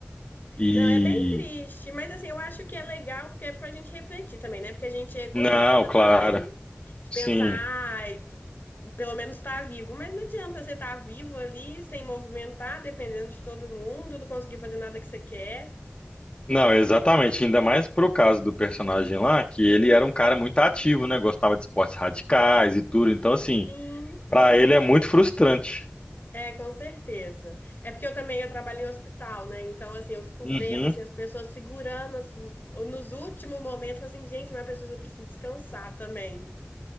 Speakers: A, on the left; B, on the left.
A: E.
B: Não, é bem triste, mas assim, eu acho que é legal porque é pra gente refletir também, né? Porque a gente é egoísta
A: Não, claro,
B: também. De
A: sim.
B: pensar, ai, pelo menos tá vivo, mas não adianta você estar tá vivo ali, sem movimentar, dependendo de todo mundo, não conseguir fazer nada que você quer.
A: Não, exatamente. Ainda mais pro caso do personagem lá, que ele era um cara muito ativo, né? Gostava de esportes radicais e tudo. Então, assim,
B: Sim,
A: pra ele é muito frustrante.
B: é, com certeza. É porque eu também eu trabalho em hospital, né? Então, assim, eu fico
A: Uhum,
B: vendo assim, as pessoas segurando as- nos últimos momentos, eu falo assim, gente, mas a pessoa precisa descansar também.